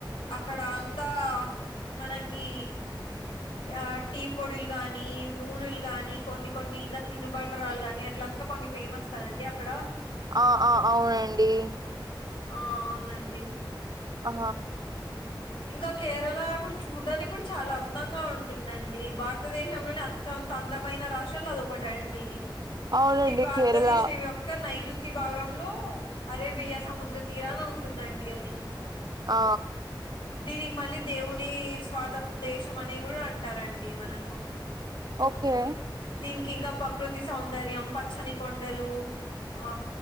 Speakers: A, on the left (about 85°); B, on the right (about 50°).
A: అక్కడ అంతా మనకి ఆ టీ పొడులు గాని నూనెలు గాని కొన్ని కొన్ని ఇంకా తినుబండరాలు గాని అట్లా అంత కొన్ని ఫేమస్ కదండి అక్కడ
B: ఆ ఆ అవునండి
A: ఆ అవునండి
B: ఆ
A: ఇంకా కేరళ కూడా చూడ్డానికి కూడా చాలా అందంగా ఉంటుందండి భారతదేశం లోనే అత్యంత ఇంత అందమైన రాష్ట్రాల్లో అది ఒకటండి
B: అవునండి
A: ఇది భారతదేశం
B: కేరళ
A: యేక్క నైరుతి తి భాగంలో అరేబియా సముద్ర తీరాన ఉంటుందండి. అది
B: ఆ
A: దీనికి మళ్ళీ దేవుని స్వాతం దేశం అనే కూడా అంటారండి. మనము
B: ఓకే
A: దీనీ ఇంకా ప్రకృతి సౌందర్యం పచ్చని కొండలు ఆ